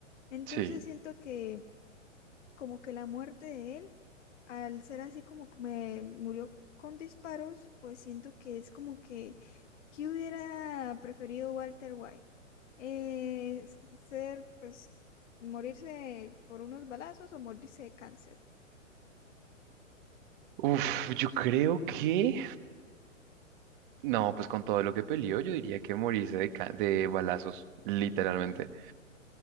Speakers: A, on the left; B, on the right.
A: Entonces
B: Sí.
A: siento que como que la muerte de él, al ser así como me murió con disparos, pues siento que es como que, ¿qué hubiera preferido Walter White? Eh, s- ser, pues, morirse por unos balazos o morirse de cáncer.
B: Uf, yo creo que... No, pues con todo lo que peleó, yo diría que morirse de, ca- de balazos, literalmente.